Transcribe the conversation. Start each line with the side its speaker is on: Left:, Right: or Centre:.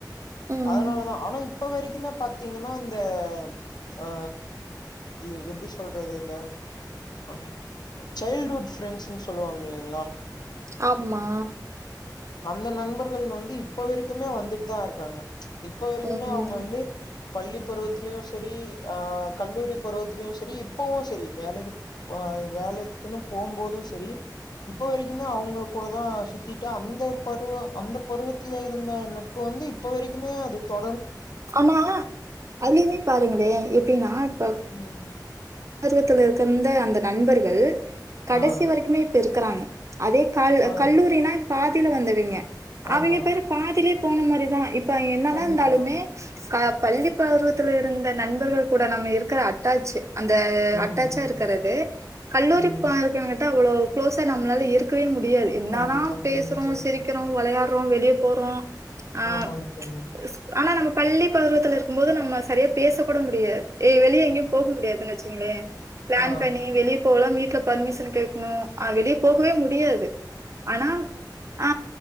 Right: ம்
Left: அதனாலதா ஆனா இப்ப வரிக்குமே பாத்தீங்கன்னா அந்த ஆ இது எப்டி சொல்றது இந்த அம் சைல்டுஹுட் ஃரெண்ட்ஸ்ன் சொல்லுவாங் இல்லைங்ளா
Right: ஆம்மா
Left: அந்த நண்பர்கள் வந்து இப்ப வரிக்குமே வந்துட் தா இருக்காங்க இப்ப வரிக்குமே
Right: ம்
Left: அவுங்க வந்து பள்ளி பருவத்திலியு செரி அ கல்லூரி பருவத்திலியு செரி இப்பவு செரி வேலைக்கு ப அ வேலைக்குன்னு போம்போது செரி இப்ப வரிக்குமே அவுங்க கூட தா சுத்திட்டு அந் ந்த பருவோ அந்த பருவத்தில இருந்த நட்பு வந்து இப்ப வரிக்குமே அது தொ
Right: ஆனா அதிலிமே பாருங்களே எப்பிடினா இப்ப
Left: ம்
Right: பருவத்துல இருக்கந்த அந்த நண்பர்கள் கடைசி
Left: ஆ
Right: வரைக்குமே இப்ப இருக்கறாங்க அதே கால்
Left: ஆ
Right: கல்லூரினா பாதில வந்தவிங்க
Left: ஆமா
Right: அவிங்க பாரு பாதிலியே போன மாரிதா ப்ப என்னதா
Left: கண்டிப்பா
Right: இந்தாலுமே க பள்ளிப் பருவத்துல இருந்த நண்பர்கள் கூட நம்ம இருக்கிற அட்டாச்சு அந்த
Left: ம்
Right: அட்டாச்சா
Left: ம்
Right: இருக்கறது கல்லூரி
Left: ம்
Right: பார்க்க கிட்ட அவுளோ க்ளோஸா நம்ளால இருக்கவே மு டியாது என்னாதா
Left: கண்டிப்பா
Right: பேசுறோ
Left: கண்டிப்பா
Right: சிரிக்கிறோ
Left: தோழி
Right: வெளையாட்றோ வெளிய போறோ ஆ
Left: ஆமாங்க தோழி
Right: ஸ்ப் ஆனா நம பள்ளி பருவத்துல இருக்கும் போது நம்ம சரியா பேச கூட முடியாது ஏ வெளியே எங்கியும் போக முடியாதுன்னு வெச்சுக்குங்ளே பிளான்
Left: ஆ
Right: பண்ணி வெளிய போகலா வீட்ல பர்மிஷன் கேக்குணு ஆ வெளிய போகவே முடியாது ஆனா ஆ